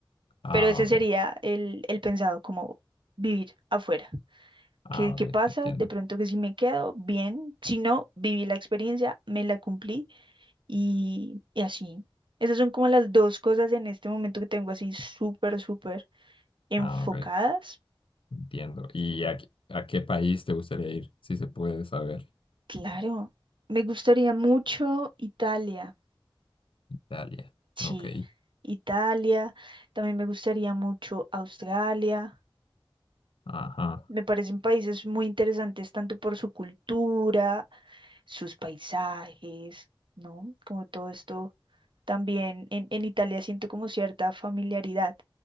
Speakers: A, on the left; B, on the right.
A: Ah,
B: pero ese
A: ok.
B: sería el, el pensado, como vivir afuera.
A: Ah,
B: ¿Qué, qué
A: ok,
B: pasa?
A: entiendo.
B: De pronto que si me quedo, bien, si no, viví la experiencia, me la cumplí y, y así. Esas son como las dos cosas en este momento que tengo así súper, súper enfocadas.
A: Ah, ok, entiendo. ¿Y a, qué- a qué país te gustaría ir, si se puede saber?
B: Claro, me gustaría mucho Italia.
A: Italia.
B: Sí,
A: Ok.
B: Italia. También me gustaría mucho Australia.
A: Ajá.
B: Me parecen países muy interesantes tanto por su cultura, sus paisajes, ¿no? Como todo esto también en, en Italia siento como cierta familiaridad.